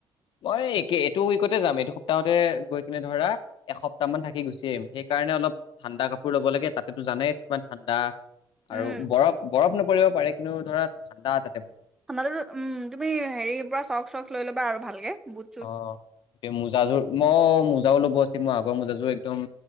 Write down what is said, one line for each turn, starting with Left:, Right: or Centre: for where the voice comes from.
Left: মই এইকে টো উইকতে যাম। এইটো সপ্তাহতে গৈ কিনে ধৰা এসপ্তাহ মান থাকি গুচি আহিম। সেইকাৰণে অলপ ঠাণ্ডা কাপোৰ ল'ব লাগে, তাতেতো জানে কিমান ঠাণ্ডা।
Centre: উম
Left: আৰু বৰফ-বৰফ ন, পৰিব পাৰে কিন্তু ধৰা ঠাণ্ডা বহুত।
Centre: ঠাণ্ডাতোটো উম' তুমি হেৰিৰ পৰা চক চচ লৈ ল'বা আৰু ভালকে। বুট চুট
Left: অ' এ মোজাযোৰ ম মোজাও ল'ব আছে। মোৰ আগৰ মোজাযোৰ একদম